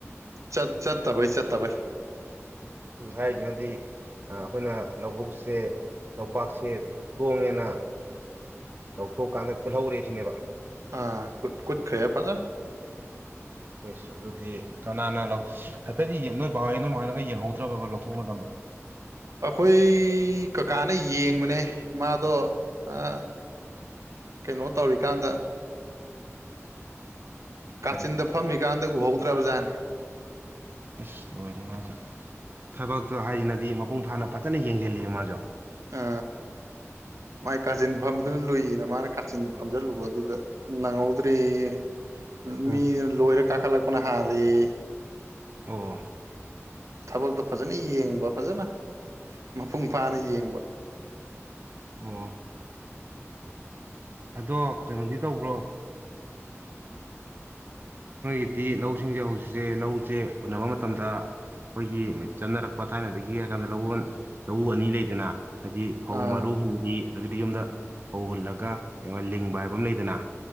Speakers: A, on the right (about 80°); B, on the right (about 40°).
A: ꯠ ꯆꯠꯇꯕꯩ ꯆꯠꯇꯕꯩ
B: ꯍꯥꯏꯔꯤꯁꯤꯅꯗꯤ ꯑꯩꯈꯣꯏꯅ ꯂꯧꯕꯨꯛꯁꯦ ꯂꯄꯥꯛꯁꯦ ꯇꯣꯡꯉꯦꯅ ꯂꯧꯊꯣꯛꯑꯀꯥꯟꯗ ꯄꯨꯜꯍꯧꯔꯦ ꯁꯤꯅꯦꯕ
A: ꯑ ꯀꯨꯠꯈꯦ ꯐꯖꯟ
B: ꯍꯁ ꯑꯗꯨꯗꯤ ꯀꯅꯥꯅ ꯂꯧ ꯍꯥꯏꯐꯦꯠꯗꯤ ꯅꯣꯏ ꯕꯥꯍꯣꯏ ꯅꯣꯏ ꯃꯥ ꯍꯣꯏꯅꯒ ꯌꯦꯡꯍꯧꯗ꯭ꯔꯕꯔꯕꯥ ꯂꯧꯊꯣꯛꯄ ꯃꯇꯝꯗ
A: ꯑꯩꯈꯣꯏ ꯀꯀꯥꯅ ꯌꯦꯡꯕꯅꯦ ꯃꯥꯗꯣ ꯑꯥ ꯀꯩꯅꯣ ꯇꯧꯔꯤꯀꯥꯟꯗ ꯀꯥꯆꯤꯟꯗ
B: ꯀꯔꯤ
A: ꯐꯝꯃꯤꯀꯥꯟꯗ ꯎꯍꯧꯗ꯭ꯔꯕ ꯖꯥꯠꯅꯤ
B: ꯏꯁꯁ ꯂꯣꯏꯔꯦ ꯃꯥꯁꯨ ꯊꯕꯛꯇꯣ ꯍꯥꯏꯁꯤꯅꯗꯤ ꯃꯄꯨꯡ ꯐꯥꯅ ꯐꯖꯅ ꯌꯦꯡꯁꯤꯜꯂꯤꯕ ꯃꯥꯁꯨ
A: ꯑ ꯃꯥꯏ ꯀꯥꯆꯤꯟ ꯐꯝꯕꯗꯨꯅ ꯂꯨꯏꯌꯦꯅ ꯃꯥꯅ ꯀꯥꯆꯤꯟꯗ ꯐꯝꯖꯤꯟꯂꯨꯕ ꯗꯨꯗ ꯅꯪꯍꯧꯗ꯭ꯔꯤ ꯌꯦ
B: ꯎꯝ
A: ꯃꯤꯅ ꯂꯣꯏꯔ ꯀꯥꯈꯠꯂꯛꯄꯅ ꯍꯜꯂꯦꯌꯦ
B: ꯑꯣ
A: ꯊꯕꯛꯇꯣ ꯐꯖꯅ ꯌꯦꯡꯕ ꯐꯖꯅ ꯃꯄꯨꯡ ꯐꯥꯅ ꯌꯦꯡꯕ
B: ꯑꯣ ꯑꯗꯣ ꯀꯩꯅꯣꯗꯤ ꯇꯧꯕ꯭ꯔꯣ ꯃꯣꯏꯒꯤꯗꯤ ꯂꯧꯁꯤꯡꯁꯦ ꯍꯧꯖꯤꯛꯁꯦ ꯂꯧꯁꯦ ꯎꯟꯅꯅꯕ ꯃꯇꯝꯗ ꯑꯩꯈꯣꯏꯒꯤ ꯆꯠꯟꯅꯔꯛꯄ ꯊꯥꯏꯅꯗꯒꯤ ꯍꯥꯏꯔ ꯀꯥꯟꯗ ꯂꯧ ꯂꯧꯎ ꯑꯅꯤ ꯂꯩꯗꯅ ꯍꯥꯏꯗꯤ ꯐꯧ
A: ꯑꯥ
B: ꯃꯔꯨ ꯍꯨꯟꯕꯤ ꯑꯗꯒꯤꯗꯤ ꯌꯨꯝꯗ ꯐꯧ ꯍꯨꯜꯂꯒ ꯑꯩꯉ ꯂꯤꯡꯕ ꯍꯥꯏꯕ ꯑꯃ ꯂꯩꯗꯅ